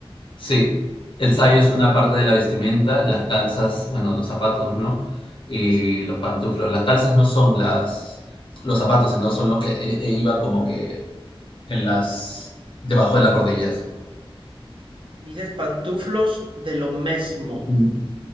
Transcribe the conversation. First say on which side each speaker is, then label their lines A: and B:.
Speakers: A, on the left; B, on the right.
A: Sí, el sayo es una parte de la vestimenta, las calzas, bueno, los zapatos, ¿no? Y
B: Sí.
A: los pantuflos. Las calzas no son las, los zapatos, sino son lo que eh, eh, iba como que en las, debajo de las rodillas,
B: Dices pantuflos de lo mesmo,
A: Mm,